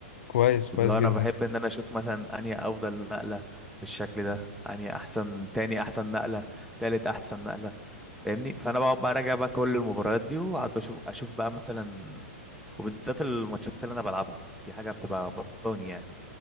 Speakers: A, on the left (about 65°); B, in the centre.
A: كويس كويس
B: لو
A: جدا
B: انا بحب ان انا اشوف مثلا انهي افضل نقله بالشكل ده انهي احسن تاني احسن نقله تالت احسن نقله فاهمني فانا بقعد بقى راجع بقى كل المباريات دي واقعد بشوف اشوف بقى مثلا وبالذات الماتشات اللي انا بلعبها دي حاجه بتبقى بسطاني يعني